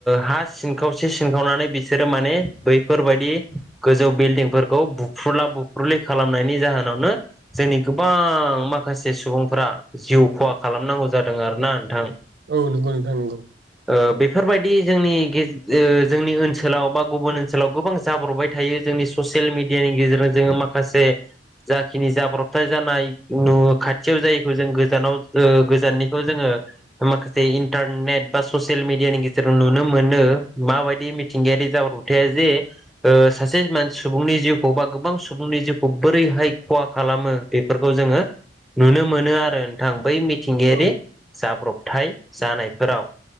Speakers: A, in the centre; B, on the right.
A: हा सिनखावसे सिनखावनानै बिसोरो माने बैफोरबायाददि। गोजौ बिल्डिंफोरखौ बुफ्रुला बुफ्रुलि खालामनायनि जाहोनावनो जोंनि गोबां माखासे सुबुंफोरा जिउ खहा खालामनांगौ जादों आरो ना नोंथां।
B: औ नंगौ नोंथां नंगौ।
A: ओ बेफोरबायदि जोंनि गेज ओ जोंनि ओनसोलाव बा गुबुन ओनसोलाव गोबां जाब्र'बाय थायो जोंनि ससियेल मिडियानि गेजेरजों जोङो माखासे जाखिनि जाब्रबथाय जानाय नु खाथियाव जायैखौ जों गोजानाव ओ गोजाननिखौ जोङो माखासे इन्टारनेट बा ससियेल मिडिया नि गेजेराव नुनो मोनो माबायदि थिंगायारि जाब्रबथाइआ जे ओ सासे मानस सुबुंनि जिउखौ बा गोबां सुबुंनि जिउखौ बोरैहाय खहा खालामो बे बेफोरखौ जोङो नुनो मोनो आरो। ओ नोंथां बै मिथिंगायारि
B: औ
A: जाब्रबथाय जानायफोराव।